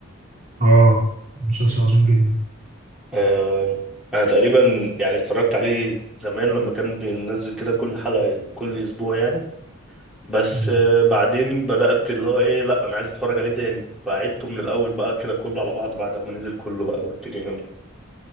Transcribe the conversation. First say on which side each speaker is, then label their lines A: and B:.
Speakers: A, on the right; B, in the centre.
A: اه مسلسل عظيم جدا
B: آه أنا تقريبا يعني اتفرجت عليه زمان لما كان بينزل كده كل حلقة كل أسبوع يعني بس
A: آه.
B: آه، بعدين بدأت اللي هو إيه لأ أنا عايز أتفرج عليه تاني فعدته من الأول بقى كده كله على بعضه بعد ما نزل كله بقى والدنيا جميلة.